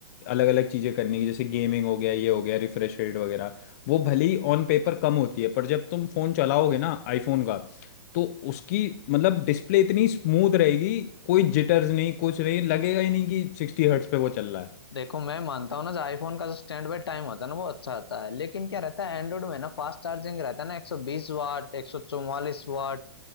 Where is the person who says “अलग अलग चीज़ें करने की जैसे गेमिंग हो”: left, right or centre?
Left